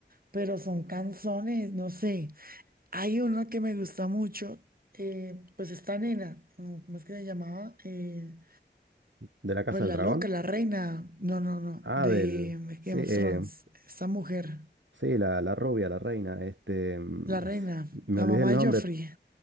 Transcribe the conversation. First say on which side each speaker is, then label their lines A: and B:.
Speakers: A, on the right (about 50°); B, on the right (about 80°).
A: pero son canzones, no sé. Hay uno que me gusta mucho, eh, pues esta nena, mm, ¿cómo es que se llamaba? Eh,
B: ¿De la Casa
A: pues
B: del
A: la
B: Dragón?
A: loca, la reina, no, no, no,
B: Ah,
A: de
B: del. Sí,
A: Game
B: eh,
A: of Thrones, esta mujer,
B: sí, la, la rubia, la reina. Este. mm,
A: la reina,
B: Me
A: la
B: olvidé
A: mamá
B: el nombre.
A: de Joffrey.